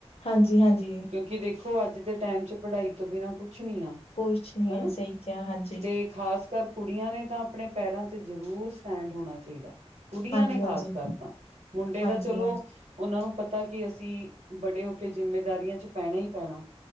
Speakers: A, on the left; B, on the right.
A: ਹਾਂਜੀ ਹਾਂਜੀ।
B: ਕਿਉਂਕਿ ਦੇਖੋ ਅੱਜ ਦੇ ਟਾਈਮ ਚ ਪੜ੍ਹਾਈ ਤੋਂ ਬਿਨਾਂ ਕੁਛ ਕੁਛ ਨੀ ਆ
A: ਕੁਛ ਨੀ
B: ਹਨਾ
A: ਆ ਸਹੀ ਕਿਹਾ ਹਾਂਜੀ
B: ਤੇ ਖਾਸ ਕਰ ਕੁੜੀਆਂ ਨੇ ਤਾਂ ਆਪਣੇ ਪੈਰਾਂ ਤੇ ਜ਼ਰੂਰ ਸਟੈਂਡ ਹੋਣਾ ਚਾਹੀਦਾ। ਕੁੜੀਆਂ
A: ਹਾਂਜੀ
B: ਨੇ ਖ਼ਾਸ
A: ਹਾਂਜੀ
B: ਕਰ ਤਾਂ ਮੁੰਡੇ
A: ਹਾਂਜੀ
B: ਤਾਂ ਚਲੋ
A: ਹਾਂਜੀ
B: ਉਹਨਾਂ ਨੂੰ ਪਤਾ ਕੀ ਅਸੀਂ ਬੜੇ ਹੋ ਕੇ ਜਿੰਮੇਦਾਰੀਆਂ ਚ ਪੈਣਾ ਹੀ ਪੈਣਾ।